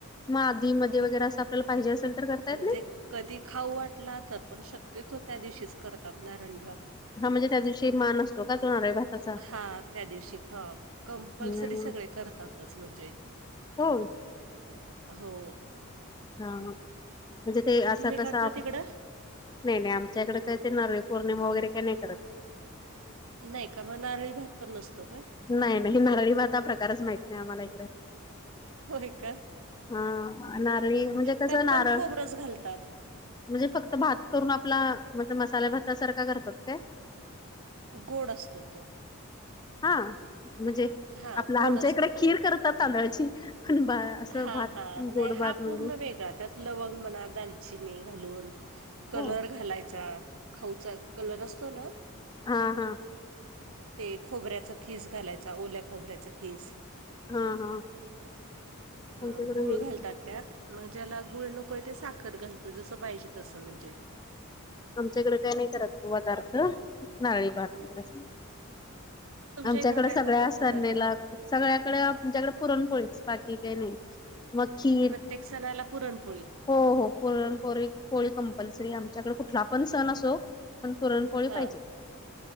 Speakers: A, on the left; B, on the right.
A: मग आधी मध्ये वगैरे असं आपल्याला पाहिजे असेल तर करता
B: म्हणजे
A: येत नाही.
B: कधी खाऊ वाटला तर पण शक्यतो त्या दिवशीच करतात नारळी भात.
A: हा म्हणजे त्या दिवशी मान असतो का तोन्या भाताचा.
B: हा त्या दिवशी खाप. कंपल्सरी
A: हम्म
B: सगळे करतातच म्हणजे.
A: हो.
B: हो.
A: हा म्हणजे ते असा
B: तुम्ही
A: कसा.
B: करता तिकडं?
A: नाही नाही आमच्याकडे काहीतरी नवी पौर्णिमा वगैरे का नाही करत.
B: नाही का म नारळी भात पण नसतो का.
A: नाही नाही नारळी भाता प्रकारच माहत नाही आम्हाला इकडे.
B: होय का
A: हा नारळी म्हणजे कसं
B: त्यात
A: नारळ
B: पण खोबरच घालतात.
A: म्हणजे फक्त भात करून आपला म्हण मसाल्या भात सारखा करतकत.
B: गोड असतो तो.
A: हा म्हणजे
B: हां,
A: आपलं
B: गोड
A: आमच्या
B: असतो
A: इकडे खीर करतात तांदळाची पण बा. असं
B: हा
A: भात
B: हा नाही
A: गोड भात
B: हा
A: म्हणजे
B: पूर्ण वेगळा त्यात. लवंग म्हणा दालचिनी घालून कलर
A: हो
B: घालायचा. खाऊचा कलर असतो ना.
A: हा हा.
B: ते खोबऱ्याचा खीस घालायचा ओल्या खोबऱ्याच खीस.
A: हा हा.
B: ह
A: आमच्याकडे
B: गुळ
A: नाही
B: घालतात. त्यात मग ज्याला गुळ नको आहे ते साखर घालत जसं पाहिजे तसं म्हणजे.
A: आमच्याकडे काही नाही कत तो पदार्थ नाळी भात
B: तुमच्या
A: आमच्याकडे
B: इकडं काय
A: सगळ्या
B: करतात
A: असर
B: पदार्थ
A: नेल सगळ्याकडे म्ह्याकडे पुरण पोळीच बाकी काही नाही मग खीर
B: प्रत्येक सणाला पुरणपोळी
A: हो होरण पोळी पोळी कंपल्सरी आम त्याच्याकडे कुठला पण सण असो पण पुरणपोळी
B: हा
A: पाहिजे